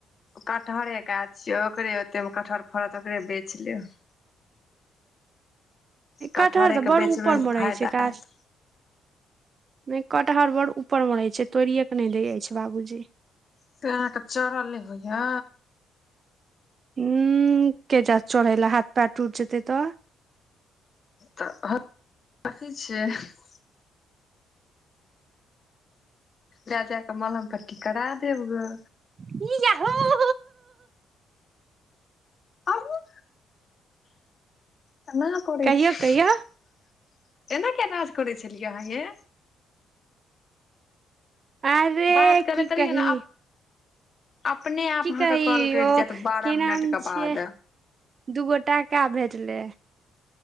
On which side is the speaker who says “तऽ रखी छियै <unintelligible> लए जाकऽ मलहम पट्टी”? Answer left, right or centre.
Left